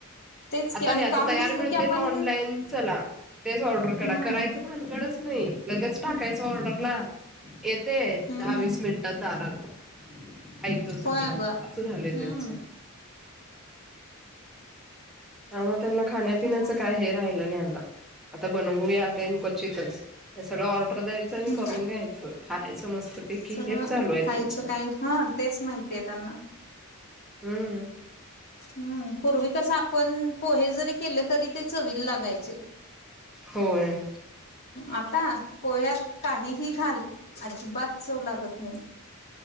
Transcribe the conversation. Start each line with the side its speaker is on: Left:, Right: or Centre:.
Left: तेच
Centre: आता
Left: की आणि
Centre: नाही आता
Left: काम
Centre: तयार
Left: दिसलं
Centre: मिळते
Left: की आपण
Centre: ना ऑनलाईन. चला तेच ऑर्डर करा
Left: हम्म
Centre: करायचं भानगडच नाही लगेच टाकायचं ऑर्डरला ये ते
Left: हम्म
Centre: दहा वीस मिनिटात दारात ऐतं सगळं
Left: होय अगं
Centre: असं झालंय
Left: हम्म
Centre: त्यांचं. त्यामुळे त्यांना खाण्यापिण्याचं
Left: मग
Centre: काय हे राहिलं नाही आता. आता बनवूया मेन क्वचितच सगळ ऑर्डर द्याच. चणी
Left: हम्म
Centre: करून घ्यायचं खायचं मस्तपैकी
Left: सगळं
Centre: हेच चालू आहे
Left: खायचं
Centre: त्यांच.
Left: काय हा तेच माहितीय त्यांना
Centre: हम्म
Left: हम्म पूर्वी कस आपण पोहे जरी केले तरी ते चवील लागायचे.
Centre: होय..
Left: आता पोह्यात काहीही घाल अजिबात चव लागत नाही.